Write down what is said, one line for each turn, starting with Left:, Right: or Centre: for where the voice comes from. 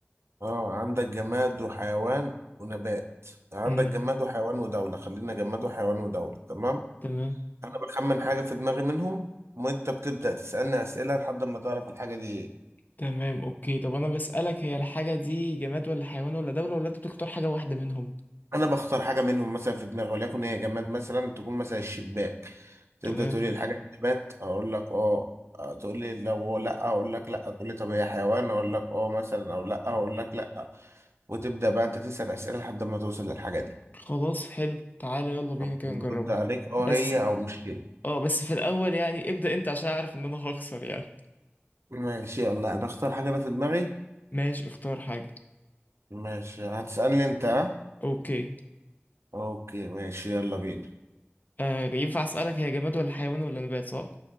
Right: اه عندك جماد وحيوان ونبات عندك
Left: مهم.
Right: جماد وحيوان ودولة خلينا جماد وحيوان ودولة تمام
Left: تمام
Right: أنا بخمن حاجة في دماغي منهم وأنت بتبدأ تسألني أسئلة لحد ما تعرف الحاجة دي إيه
Left: تمام اوكي طب انا بسالك هي الحاجه دي جماد ولا حيوان ولا دوله ولا انت بتختار حاجه واحده منهم
Right: انا بختار حاجه منهم مثلا في دماغي وليكن هي جماد مثلا تكون مثلا الشباك تبدا
Left: تمام
Right: تقول لي الحاجه دي نبات اقول لك اه آه، تقول لي لو لا اقول لك لا تقول لي طب هي حيوان اقول لك اه مثلا او لا اقول لك لا وتبدا بقى انت تسال اسئله لحد ما توصل للحاجه دي
Left: خلاص حلو تعالى يلا بينا
Right: طب
Left: كده
Right: برد
Left: نجربه
Right: عليك اه
Left: بس
Right: هي او مش هي
Left: اه بس في الاول يعني ابدا انت عشان اعرف ان انا هخسر يعني
Right: ماشي يلا انا اختار حاجه انا في دماغي
Left: ماشي اختار حاجة
Right: ماشي هتسالني انت ها؟
Left: اوكي
Right: اوكي ماشي يلا بينا
Left: آه ينفع اسألك هي جماد ولا حيوان ولا نبات صح؟